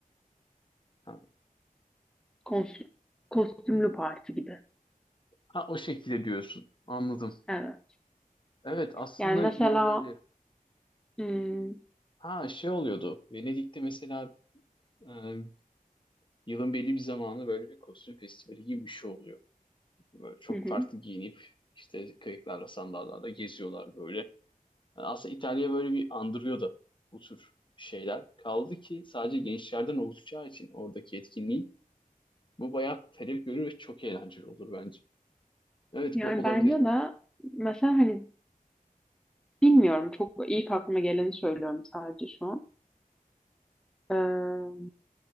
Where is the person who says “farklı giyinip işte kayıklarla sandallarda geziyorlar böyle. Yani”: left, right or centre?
Left